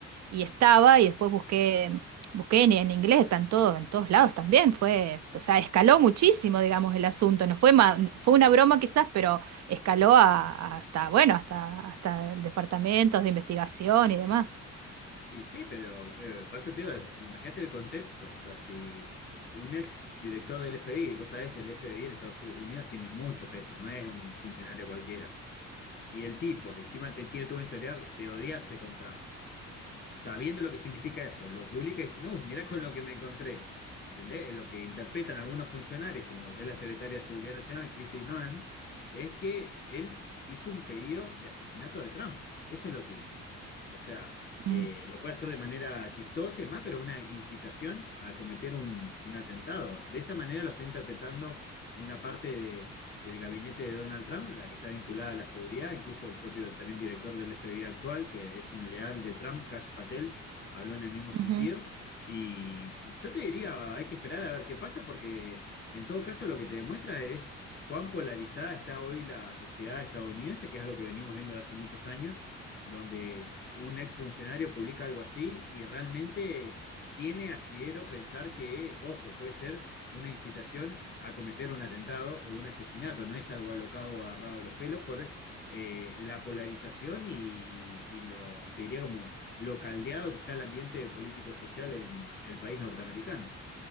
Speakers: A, on the right (about 60°); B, on the left (about 35°).
A: y estaba, y después busqué, busqué en, en inglés, están todos, en todos lados también, fue, o sea, escaló muchísimo, digamos, el asunto, no fue, ma- fue una broma quizás, pero escaló a- a hasta, bueno, hasta, hasta departamentos de investigación y demás.
B: Y sí, pero eh, por eso te digo, imagínate el contexto, o sea, si un ex director del FBI, vos sabés, el FBI en Estados Unidos tiene mucho peso, no es un funcionario cualquiera. Y el tipo, que encima te- tiene todo un historial de odiarse con Trump, sabiendo lo que significa eso, lo publica y dicen, uff, mirá con lo que me encontré. ¿Entendés? Eh, Lo que interpretan algunos funcionarios, como es la secretaria de Seguridad Nacional, Kristi Noem, es que él hizo un pedido de asesinato de Trump. Eso es lo que hizo. O sea,
A: Mm.
B: eh, lo puede hacer de manera chistosa y demás, pero es una incitación a cometer un, un atentado. De esa manera lo está interpretando una parte de del gabinete de Donald Trump, la que está vinculada a la seguridad, incluso el propio también director del FBI actual, que es un leal de Trump, Cash Patel, habló en el mismo sentido.
A: Ujú.
B: Y yo te diría, hay que esperar a ver qué pasa, porque en todo caso lo que te demuestra es cuán polarizada está hoy la sociedad estadounidense, que es algo que venimos viendo de hace muchos años, donde un exfuncionario publica algo así y realmente tiene asidero pensar que, ojo, puede ser una incitación a cometer un atentado o un asesinato, no es algo alocado o agarrado de los pelos por eh, la polarización y, y lo, te diría como lo caldeado que está el ambiente político-social en el país norteamericano.